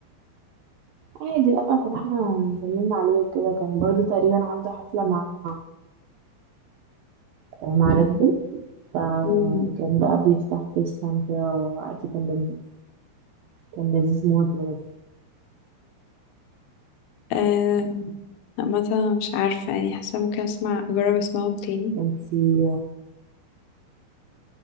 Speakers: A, on the right; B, on the left.
A: عادي بقى فرحنا كلمنا عليه وكده كان برضو تقريبا عنده حفلة مع مع ريد بول فكان
B: <laughs>
A: بقى بيفتح فيس تايم كده وقعد يكلمنا كان لذيذ موت بجد
B: آم، عامة مش عارفة يعني حاسة ممكن اسمع اجرب اسمعهم تاني
A: انتي